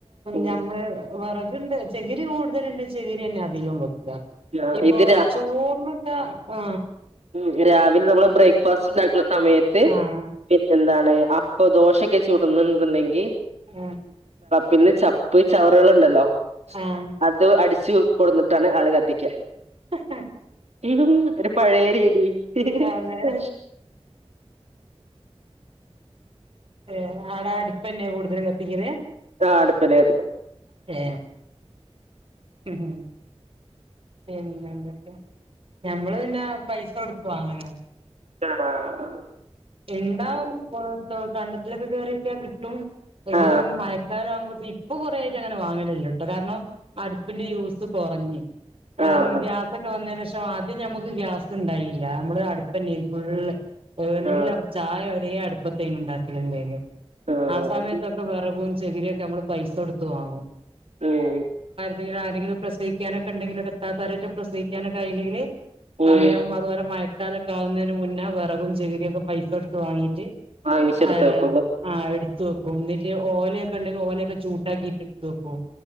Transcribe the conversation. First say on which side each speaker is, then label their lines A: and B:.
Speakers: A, on the right; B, on the right.
A: ഉം
B: ഞമ്മള് വിറകണ്ട് ചകിരി കൂടുതലുണ്ട് ചെക്കിരി തന്നെ അധികം വെക്കുക
A: ആ
B: ഇപ്പൊ
A: ഇത്
B: ചോറിനൊക്കെ ആ
A: ഉ രാവിലെ നമ്മള് ബ്രേക്ക്ഫാസ്റ്റ് ഉണ്ടാക്കുന്ന സമയത്ത്
B: ആഹ്
A: പിന്നെ എ അപ്പൊ ദോശൊക്കെ ചട്ടുന്നുണ്ടെങ്കിൽ
B: ആഹ്
A: പിന്നെ ചപ്പ് ചവറുകുണ്ടല്ലോ
B: ആഹ്
A: അത് അടിച്ചു കൊടുന്നിട്ടാണ് ആള് കത്തിക്കുക
B: ഹ ഹ....
A: ഉ ഒരു പഴയ രീതി
B: അതെ
A: ഉ
B: ഏ് ആടാ അടുപ്പന്നെ കൂടുതലും കത്തിക്കല്
A: ആ അടുപ്പില് കത്തിക്കും
B: ഏ ഹം ഹ പിന്നെന്തൊക്കെ ഞമ്മള് പിന്നെ പൈസ കൊടുത്തു വാങ്ങല
A: അആ
B: ഇ ണ്ടാവും കണ്ടത്തിലൊക്കെ കേയറിയൊക്യ കിട്ടും എങ്കിലും
A: ആ
B: മയക്കാരലാ കുമ്പോ ഇപ്പൊ കൊറേ ആായിട്ട് അങ്ങനെ വാങ്ങലല്ലോ ട്ടൊ കാരണം അടുപ്പിന്റെ യൂസ് കുറഞ്ഞ് കാരണം
A: ആ ആ
B: ഗ്യാസൊക്കെ വന്നേന്റേഷ് ആദ്യം ഞമ്മക്ക് ഗ്യാസ്ണ്ടായില്ല. നമ്മള് അട്പ്പല്ലേ ഫുള്ള് എല്ലാം
A: ആ
B: ചായ വരെ അടുപ്പത്തേനുണ്ടാക്കലിണ്ടേന്.
A: ഉം
B: ആ സമയത്തൊക്കെ വെറകും, ചെ ചെകിരിയൊക്കെ നമ്മള് പൈസടുത്ത് വാങ്ങും.
A: ഉഉം
B: വേറെ ആരെങ്കിലു പ്രസവി ക്കാനൊക്കെണ്ടെങ്കില്. ഇത്താത്താ രോക്കെ പ്രസവിക്കാനൊക്കാ യിണ്ടെങ്കില് സമയവും
A: ഉം
B: അത് പോലെ മയകാല ക്കാവുന്നിന് മുന്നെ വെറകും, ചകരി ഒക്കെ പൈസടുത്ത് വാങ്ങീറ്റ്
A: വാങ്ങിച്ചെടുത്ത്
B: അ, ഹെ
A: വെക്കുള്ളൂ
B: അ ആ എടുത് ത്ത് വെക്കും. ന്നിട്ട് ഓലയൊക്കെ ണ്ടെങ്കില് ഓലയൊക്കെ ചൂട്ടാക്കിട്ട് ഇട് ത്തെക്കും.